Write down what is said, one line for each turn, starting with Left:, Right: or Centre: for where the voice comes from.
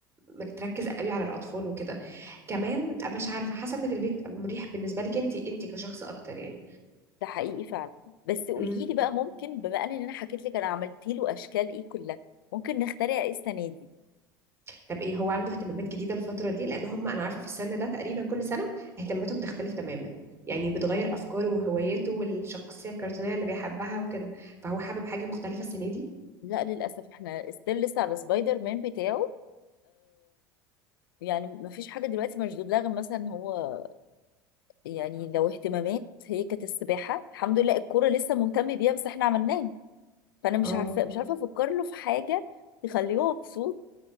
Right: متركز قوي على الاطفال وكده كمان أبقى مش عارفه حاسه ان في البيت مريح بالنسبه لك انت انت كشخص اكتر يعني
Left: ده حقيقي فعلا بس قولي
Right: امم
Left: لي بقى ممكن بما ان انا حكيت لك انا عملت له اشكال ايه كلها ممكن نخترع ايه السنه دي
Right: طب ايه هو عنده اهتمامات جديده الفتره دي لان هم انا عارفه في السن ده تقريبا كل سنه اهتماماتهم تختلف تماما يعني بتغير افكاره وهواياته والشخصيه الكرتونيه اللي بيحبها وكده فهو حابب حاجه مختلفه السنه دي
Left: لا للاسف احنا ستيل لسه على سبايدر مان بتاعه يعني مفيش حاجة دلوقتي مشدود لها غير مثلا هو يعني لو اهتمامات هي كانت السباحة الحمد لله الكورة لسه مهتم بيها بس احنا عملناه فأنا مش
Right: اه
Left: عارفة مش عارفة أفكر له في حاجة تخليه مبسوط